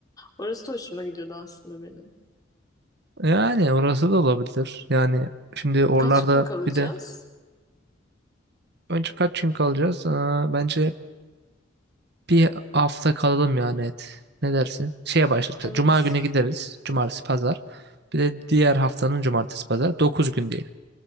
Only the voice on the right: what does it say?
Yani orası da olabilir. Yani şimdi oralarda
bir de önce kaç gün kalacağız? Aa, bence bir hafta kalalım yani et. Ne dersin? Şeye başlarız. mesela.
Cuma günü gideriz. Cumartesi, pazar. Bir de diğer haftanın cumartesi, pazar. 9 gün diyelim.